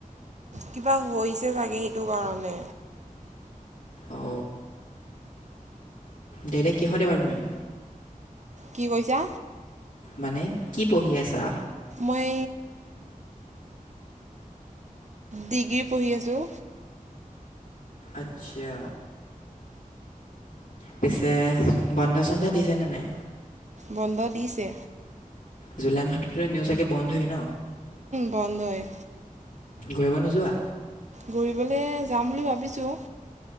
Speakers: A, on the right; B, on the left.
A: কিবা হৈছে চাগে সেইটো কাৰণে।
B: অ দে দে কিহত এইবাৰ তুমি?
A: কি কৈছা?
B: মানে কি পঢ়ি আছা?
A: মই ডিগ্ৰী পঢ়ি আছোঁ।
B: আচ্ছা। পিছে বন্ধ চন্ধ দিছেনে নাই?
A: বন্ধ দিছে।
B: জুলাই মাহটোতো এনেও চাগে বন্ধয়ে ন?
A: বন্ধ হয়।
B: ঘূৰিব নোযোৱা?
A: ঘূৰিবলৈ যাম বুলি ভাবিছোঁ।